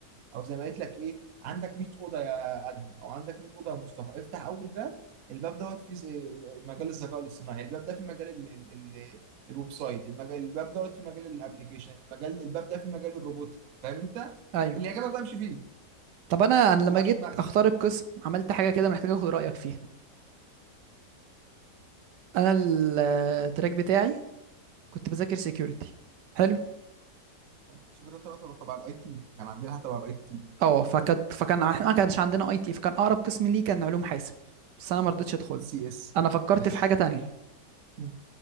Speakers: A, on the right (about 60°); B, on the right (about 75°).
A: او زي ما قلت لك ايه عندك 100 اوضه يا ادهم او عندك 100 اوضه يا مصطفى افتح اول باب الباب دوت فيه زي- مجال الذكاء الاصطناعي الباب ده في مجال ال ال ال الويب سايت المجال الباب دوت في مجال الابليكيشن المجال الباب ده في مجال الروبوتك فاهم انت
B: ايوه
A: اللي يعجبك بقى امشي فيه ما
B: طب انا انا لما
A: توجعش
B: جيت
A: دماغك
B: اختار القسم عملت حاجه كده محتاج اخد رايك فيها انا ال- التراك بتاعي كنت بذاكر سيكيورتي حلو
A: السوبر ده تبع تبع تبع الاي تي كان عندنا حاجه تبع الاي تي
B: اه فكانت فكان احنا ما كانش عندنا اي تي فكان اقرب قسم ليه كان علوم حاسب بس انا ما رضيتش ادخله
A: سي اس
B: انا فكرت
A: ماشي
B: في حاجه تانية
A: مم.